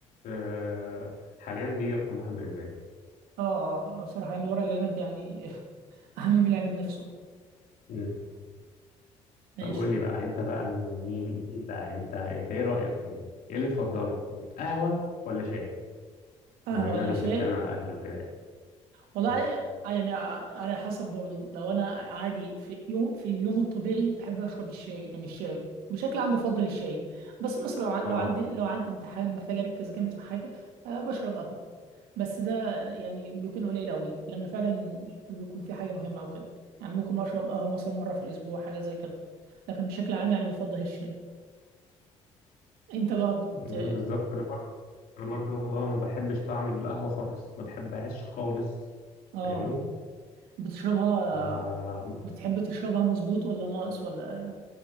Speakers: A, on the left; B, on the right.
A: آه، حاليا دي رقم واحد بالنسبة
B: اه اه بصراحه يعني ورق العنب يعني <laughs> اهم من العنب نفسه
A: لي
B: ماشي
A: طب قول لي بقى انت بقى من مين مين بقى انت انت ايه رأيك يعني ايه اللي تفضله قهوة ولا شاي
B: قهوه
A: بما اننا
B: ولا شاي
A: بنتكلم عن الاكل وكده يعني
B: والله
A: مم.
B: يعني على حسب برضه لو انا عادي في يوم في اليوم الطبيعي بحب اشرب الشاي يعني الشاي بشكل عام بفضل الشاي بس مثلا لو عن-
A: اه
B: لو عندي لو عندي امتحان محتاج اركز جامد في حاجه آه، بشرب قهوه بس ده يعني بيكون قليل قوي لما فعلا بيكون في حاجه مهمه او كده يعني ممكن اشرب قهوه مثلا مره في الاسبوع حاجه زي كده لكن بشكل عام يعني بفضل الشاي انت بقى بت
A: مم، بالظبط انا برضو انا برضو اه ما بحبش طعم القهوة خالص ما بحبهاش خالص
B: اه
A: فاهمني
B: بتشربها
A: ف-
B: بتحب
A: <laughs>
B: تشربها مظبوط ولا ناقص ولا